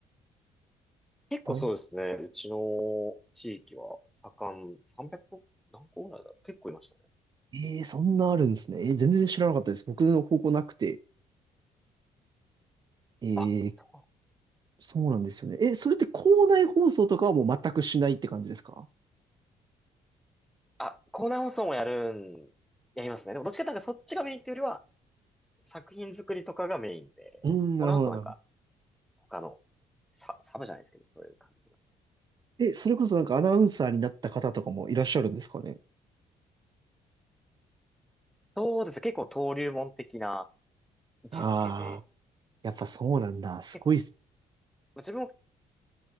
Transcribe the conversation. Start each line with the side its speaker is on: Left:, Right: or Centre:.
Centre: 結構そうですね。
Right: 大
Centre: うちの地域は盛ん、300何個ぐらいだろう。結構いましたね。
Right: えー、そんなあるんですね。えー全然知らなかったです。僕の高校なくて。えー、
Centre: あ、そう。
Right: そうなんですよね。え、それって校内放送とかはもう全くしないって感じですか
Centre: あ、校内放送もやるん、やりますね。でもどっちかというとなんかそっちがメインっていうよりは、作品作りとかがメインで、
Right: うーん、
Centre: 校内放送なんか
Right: なるほど、なるほど。
Centre: 他のサ、サブじゃないですけど、そういう感じの。
Right: え、それこそなんかアナウンサーになった方とかもいらっしゃるんですかね
Centre: そうですね。結構登竜門的な位置づけで、
Right: ああ、やっぱそうなんだ。すごいっす。
Centre: け、自分も、そ